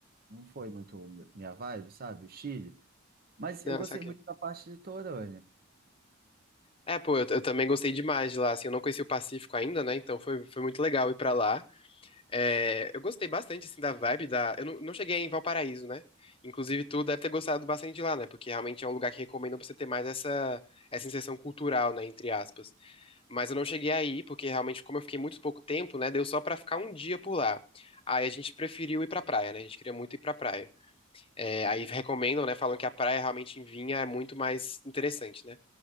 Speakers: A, on the right (about 45°); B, on the left (about 25°).
A: não foi muito minha vibe, sabe? O Chile. Mas
B: Não,
A: eu gostei
B: saquei.
A: muito da parte litorânea.
B: É, pô, eu, eu também gostei demais de lá, assim, eu não conheci o Pacífico ainda, né? Então foi, foi muito legal ir pra lá. É, eu gostei bastante, assim, da vibe da... Eu não, não cheguei em Valparaíso, né? Inclusive, tu deve ter gostado bastante de lá, né? Porque realmente é um lugar que recomendam pra você ter mais essa, essa inserção cultural, né? Entre aspas. Mas eu não cheguei aí, porque realmente, como eu fiquei muito pouco tempo, né, deu só pra ficar um dia por lá. Aí a gente preferiu ir pra praia, né? A gente queria muito ir pra praia. É, aí recomendam, né? Falam que a praia realmente em Vinha é muito mais interessante, né?